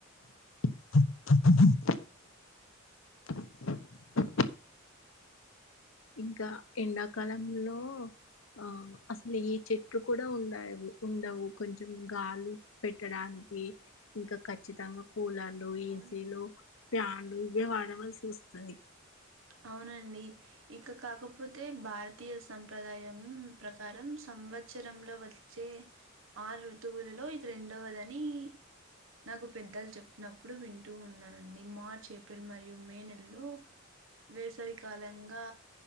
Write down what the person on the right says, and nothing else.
అవును
అవునండి ఇక కాకపోతే భారతీయ సంప్రదాయం ప్రకారం స సంవత్సరంలో వచ్చే ఆరు ఋతువులలో ఇది రెండవదని నాకు పెద్దలు చెప్పినప్పుడు వింటూ ఉన్నానండి మార్చ్ ఏప్రిల్ మరియు మే నెలలో వేసవి కాలంగా